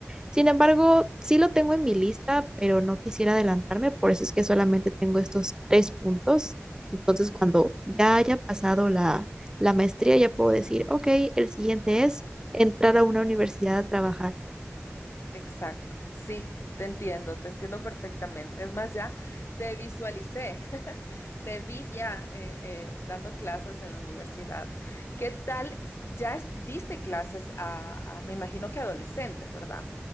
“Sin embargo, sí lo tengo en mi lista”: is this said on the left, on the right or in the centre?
Right